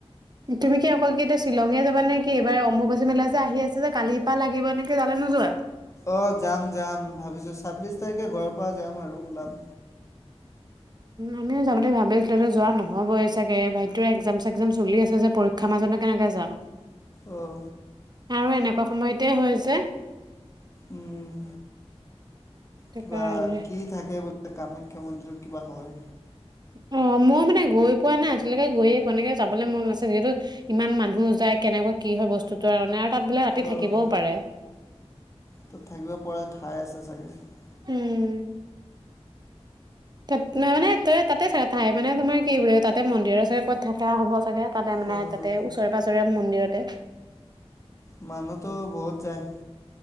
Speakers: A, on the right; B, on the left.
A: তুমি কি অকল কি এতিয়া শ্বিলঙে যাবা নেকি এইবাৰ অম্বুবাচী মেলা যে আহি আছে যে, কালিৰ পৰা লাগিব নেকি তালে নোযোৱা?
B: অ যাম যাম ভাবিছোঁ ছাব্বিশ তাৰিখে ঘৰৰ পৰা যাম আৰু ওলাম।
A: আমিও যাব বুলি ভাবি আছিলো যোৱা নহবই চাগে ভাইটিৰ এক্সাম চেকজেম চলি আছে যে পৰীক্ষাৰ মাজত নো কেনেকে যাম।
B: আহ।
A: আৰু এনেকুৱা সময়তে হয় যে।
B: উম কিবা
A: কাৰণে
B: কি থাকে বুলি কামাখ্যা মন্দিৰত কিবা হয়।
A: অ মই মানে গৈ পোৱা নাই, আজিলৈকে গৈয়ে পোৱা নাই, তেনেকে যাবলৈ মন আছে যিহেতু ইমান মানুহ যায় কেনেকুৱা কি হয় বস্তুত আৰু মানে আৰু তাত বোলে ৰাতি থাকিবও
B: অ',
A: পাৰে।
B: ত' থাকিব পৰা <inaudible>
A: উম। ত মানে ত তাতে চাগে ঠাই মানে তোমাৰ কি বুলি তাতে মন্দিৰৰ চাগে ক'ত থাকা হ'ব চাগে তাতে মানে
B: অ',
A: তাতে ওচৰে পাঁজৰে মন্দিৰতে।
B: মানুহ তো বহুত যায়